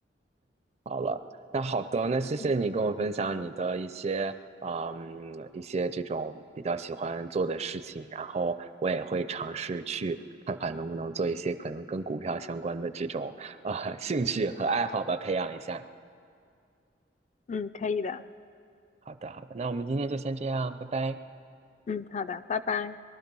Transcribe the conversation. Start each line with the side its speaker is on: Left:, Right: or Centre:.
Right: 好了，那好的，那谢谢你跟我分享你的一些，
Left: 嗯
Right: 啊嗯，一些这种比较喜欢做的事情，然后我也会尝试去看看能不能做一些可能跟股票相关的这种啊、呃兴趣和爱好吧，培养一下。
Left: 嗯，可以的。
Right: 好的，好的，那我们今天就先这样，拜拜。
Left: 嗯，好的，拜拜。